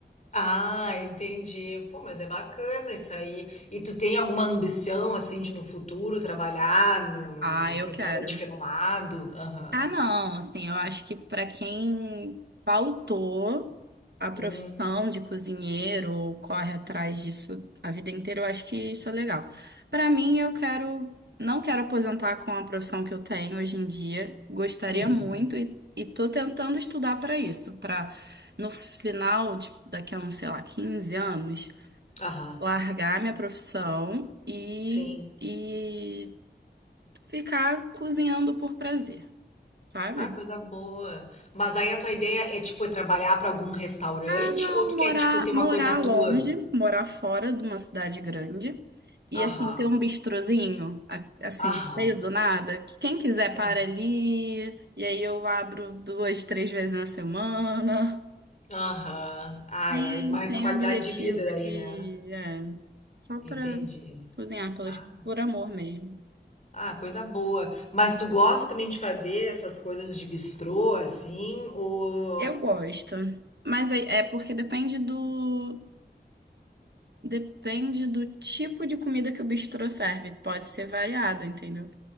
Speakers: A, on the left; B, on the right.
A: Ah, entendi. Pô, mas é bacana isso aí. E tu tem alguma ambição, assim, de no futuro trabalhar num, num-
B: Ah,
A: num
B: eu
A: restaurante
B: quero.
A: renomado? Aham.
B: Ah, não, assim, eu acho que para quem pautou a profissão
A: Hum,
B: de cozinheiro ou corre atrás disso a vida inteira, eu acho que isso é legal. Para mim, eu quero, não quero aposentar com a profissão que eu tenho hoje em dia. Gostaria
A: uhum.
B: muito e, e tô tentando estudar para isso, para no final, tipo, daqui a uns, sei lá, 15 anos,
A: Aham.
B: largar minha profissão e,
A: Sim.
B: e ficar cozinhando por prazer, sabe?
A: ah coisa boa. Mas aí a tua ideia é, tipo, é trabalhar pra algum restaurante
B: Ah, não,
A: ou tu
B: morar,
A: quer, tipo, ter uma
B: morar
A: coisa tua?
B: longe, morar fora de uma cidade grande. E
A: Aham.
B: assim, ter um bistrozinho, a- assim,
A: Aham.
B: no meio do nada, que quem quiser
A: Sim.
B: para ali, e aí eu abro duas, três vezes na semana,
A: Aham.
B: sem,
A: Ah, é mais
B: sem
A: qualidade
B: objetivo
A: de vida daí,
B: de,
A: né?
B: é, só para
A: Entendi.
B: cozinhar pelas,
A: Ah,
B: por amor mesmo.
A: ah, coisa boa. Mas tu gosta também de fazer essas coisas de bistrô, assim? Ou...
B: Eu gosto, mas é, é porque depende do, depende do tipo de comida que o bistrô serve, pode ser variado, entendeu?